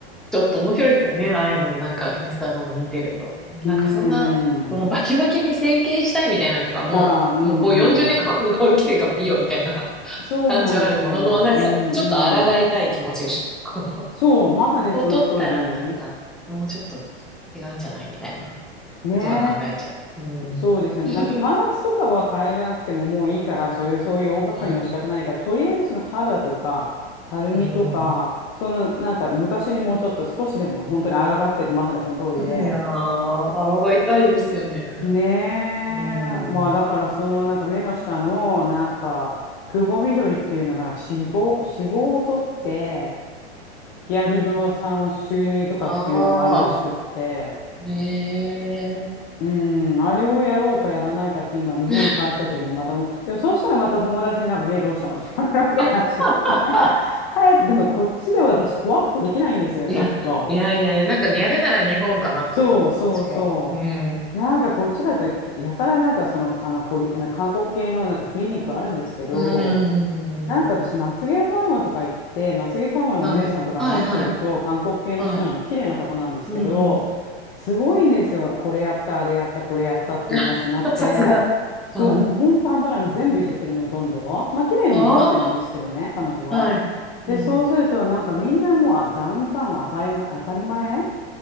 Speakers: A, in the centre; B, on the left.
A: ちょっと面白いですよね。ああいうの、なんか、インスタの見てると。なんか、
B: うーん。
A: そんな、そのバキバキに整形したいみたいなとか、もう、
B: ああ、うんうん。
A: もうこう40年間この顔に来てるからもういいよみたいな
B: そうなんですけど、
A: 感じはあるものの、なんか、
B: うん
A: ちょっと抗いたい気持ちが、
B: うん。
A: この、
B: そう、まさにその通り。
A: ここ取ったらなんか、もうちょっと違うんじゃないみたいな
B: ね
A: ことは考えちゃう。うん。
B: えそうですよね。
A: <laughs>
B: なんかパーツとかは変えなくてももういいから、それ、そういう大掛かりのしたくないから、
A: うん。
B: とりあえずその肌とか、たるみとか、
A: うん。
B: そのなんか昔にもうちょっと少しでも本当にあがってってまさにその通りで。
A: いやー、抗いたいですよね。
B: ねえ。
A: うん。
B: まあだからそのなんか目の下のなんか、
A: うん。
B: くぼみ取りっていうのがなんか脂肪、脂肪を取って、ヒアルロン酸を注入とかっていうのがあるらしくって、
A: ああ、ね
B: うん、あれをやろうかやらないかって今、日本に帰った時にまたもう、
A: え。
B: でもそうしたらまた友達になんか目どうしたのって言われるわけだし、
A: あ
B: <laughs> なんか帰って、
A: あ
B: でもこっちで私怖くてできないんですよ、
A: いや、
B: ちょっと。
A: いやいやいや、なんかやるなら日本かなと思ったんです、
B: そうそうそ
A: 私も。うん。
B: う。なんかこっちだとやたらなんかその、あの、コリ、あの韓国系のなんかクリニックあるんですけど、
A: うん。
B: なんか私、まつげパーマとか行って、まつげパーマのお姉さんとか話してると、
A: はい。はい、はい。
B: 韓国系の人なんで、
A: はい。
B: 綺麗な方なんですけど、
A: うん。
B: すごいんですよ。これやった、あれやった、これやったっていう話になって、
A: <laughs> さすが。
B: そう、
A: はい。
B: もうほんと半端ない。もう全部いじってるの、ほとんど。まあ、綺麗になってるんですけどね、
A: あ
B: 彼女は。
A: あ、はい。うん。
B: で、そうすると、なんかみんなもうあダウンタウンは当たり前、当たり前